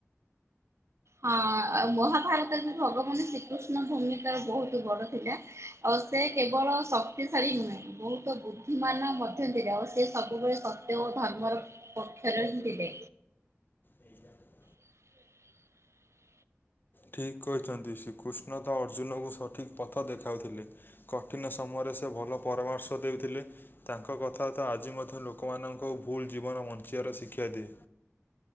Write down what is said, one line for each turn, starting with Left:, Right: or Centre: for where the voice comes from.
Right: ହଁ ମହାଭାରତରେ ଭଗବାନ ଶ୍ରୀକୃଷ୍ଣ ଭୂମିକା ବହୁତ ବଡ ଥିଲା। ଆଉ ସେ କେବଳ ଶକ୍ତିଶାଳୀ ନୁହେଁ ବହୁତ ବୁଦ୍ଧିମାନ ମଧ୍ୟ ଥିଲେ ଆଉ ସେ ସବୁବେଳେକ୍ ସେ ଧର୍ମର ପକ୍ଷରେ ହିଁ ଥିଲେ।
Left: ଆଠଞା <inaudible>
Right: ହ <inaudible>
Left: ଠିକ କହିଛନ୍ତି ଶ୍ରୀକୃଷ୍ଣ ତ ଅର୍ଜୁନଙ୍କୁ ସଠିକ ପଥ ଦେଖାଉଥିଲେ। କଠିନ ସମୟରେ ସେ ଭଲ ପରାମର୍ଶ ଦେଉଥିଲେ। ତାଙ୍କ କଥାତ ଆଜି ମଧ୍ୟ ଲୋକମାନଙ୍କୁ ଭୁଲ ଜୀବନ ବଞ୍ଚିବାର ଶିକ୍ଷା ଦିଏ।